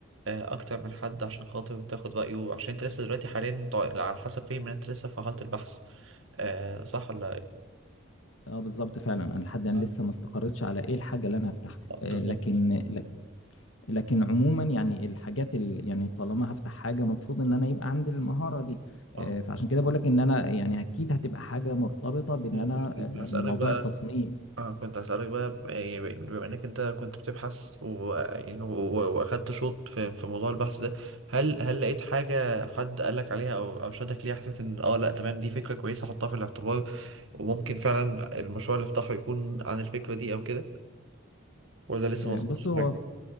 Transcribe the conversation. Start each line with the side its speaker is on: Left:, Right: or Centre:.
Right: آه، اكتر من حد عشان خاطر تاخد رايه عشان انت لسه دلوقتي حاليا طا- على حسب فهم ان انت لسه في حاله البحث آه، صح ولا إيه؟
Left: اه بالظبط فعلا انا لحد الان
Right: اه
Left: لسه ما استقرتش على ايه الحاجه اللي انا هفتحها
Right: آه، بالظبط
Left: آه، لكن لك- لكن عموما يعني الحاجات ال... يعني طالما هفتح حاجه المفروض ان انا يبقى عندي المهاره دي آه،
Right: اه
Left: فعشان كده بقول لك ان انا يعني اكيد هتبقى حاجه مرتبطه بان
Right: آه،
Left: انا
Right: بسألك
Left: آه، موضوع
Right: بقى
Left: التصميم
Right: اه كنت هسألك بقى ب- يعني ب- بما انك انت كنت بتبحث و... يعني و... و- واخدت شوط في... في موضوع البحث ده هل هل لقيت حاجة حد قالك عليها او او شدك ليها حسيت ان اه لا تمام دي فكرة كويسة احطها في الاعتبار وممكن فعلا المشروع اللي افتحه يكون عن الفكرة دي او كده ولا لسه
Left: آه،
Right: ما وصلتش
Left: بص هو
Right: حاجة